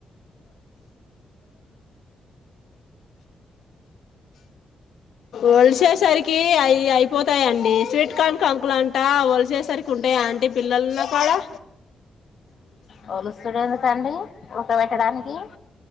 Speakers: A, on the left (about 80°); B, on the left (about 55°).
A: వలిసేసరికి అయి అయిపోతాయండి స్వీట్ కార్న్ కాంకులు అంటా వలసేసరికి ఉంటాయా అంటే పిల్లల్లో కూడా
B: వోలుస్తడా కండి ఊడక బెట్టడానికి